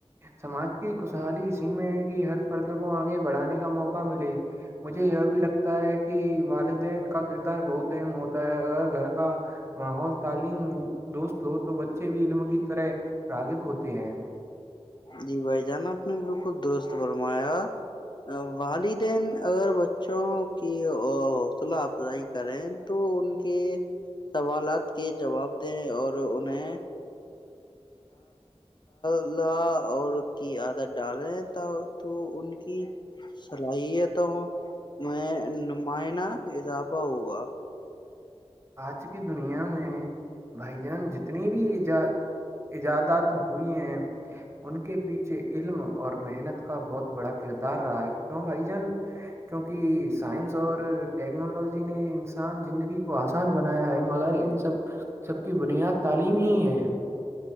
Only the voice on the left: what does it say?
جی بھائی جان آپ نے بالکل درست فرمایا والدین اگر بچوں کی حوصلہ افزائی کریں تو ان کے سوالات کے جواب دیں اور انہیں اللہ اور کی عادت ڈالیں تو ان کی صلاحیتوں میں نمائنہ اضافہ ہوگا